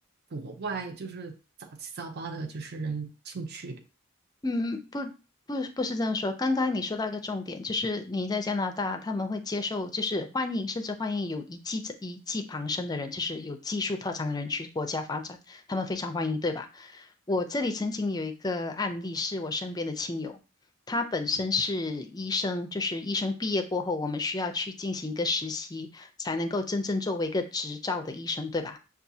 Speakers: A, on the right (about 55°); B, on the left (about 20°).
A: 国外就是杂七杂八的，就是人进去。
B: 嗯，不不不是这样说。刚刚你说到一个重点，就是你在加拿大，他们会接受，就是欢迎，甚至欢迎有一技一技傍身的人，就是有技术特长的人去国家发展，他们非常欢迎，对吧？我这里曾经有一个案例，是我身边的亲友，他本身是医生，就是医生毕业过后，我们需要去进行一个实习，才能够真正作为一个执照的医生，对吧？